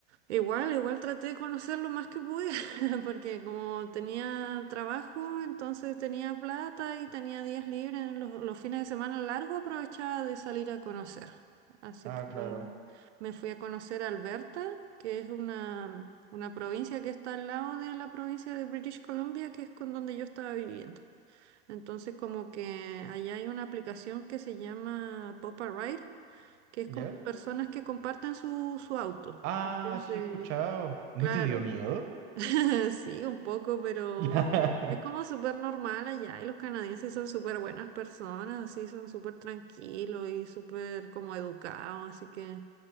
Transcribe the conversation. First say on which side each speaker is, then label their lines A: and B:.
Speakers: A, on the right; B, on the right.
A: Igual, igual traté de conocer lo más que pude, <laughs> porque como tenía trabajo, entonces tenía plata y tenía días libres, los, los fines de semana largo aprovechaba de salir a conocer. Así
B: Ah,
A: que
B: claro.
A: me fui a conocer Alberta, que es una, una provincia que está al lado de la provincia de British Columbia, que es con donde yo estaba viviendo. Entonces como que allá hay una aplicación que se llama Pop a Ride, que es
B: ¿Ya?
A: como personas que comparten su, su auto.
B: Ah,
A: Entonces,
B: sí he escuchado. ¿No
A: Claro,
B: te dio miedo?
A: <laughs> sí, un poco, pero
B: <laughs>
A: es como súper normal allá y los canadienses son súper buenas personas, así son súper tranquilos y súper como educados, así que